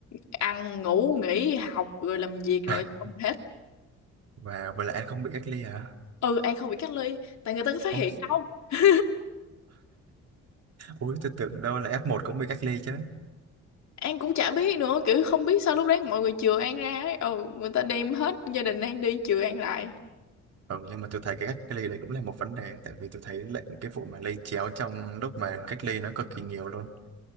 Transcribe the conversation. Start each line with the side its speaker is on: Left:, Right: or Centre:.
Left: ăn ngủ nghỉ học rồi làm việc rồi
Right: <laughs>
Left: xong hết
Right: và vậy là An không bị cách ly hả
Left: ừ An không bị cách ly tại người ta có phát
Right: ồ
Left: hiện đâu <laughs>
Right: Ui, <laughs> tôi tưởng đâu là F1 cũng bị cách ly chứ.
Left: An cũng chả biết nữa kiểu không biết sao lúc đấy mọi người chừa An ra ấy. ừ người ta đem hết gia đình An đi chừa An lại
Right: Ừ, nhưng mà tôi thấy cái cách ly đấy cũng là một vấn đề tại vì tôi thấy lệnh cái vụ mà lây chéo trong lúc mà cách ly nó cực kỳ nhiều luôn.